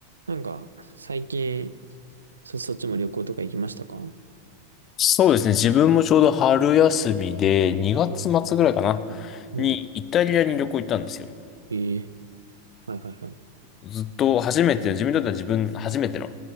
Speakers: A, on the right; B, on the left.
A: なんか、最近、そ、そっちも旅行とか行きましたか
B: そうですね。自分もちょうど春休みで、2月末ぐらいかな、
A: うん。
B: にイタリアに旅行行ったんですよ。
A: ええはいはいはい。
B: ずっと初めて、自分にとっては自分初めての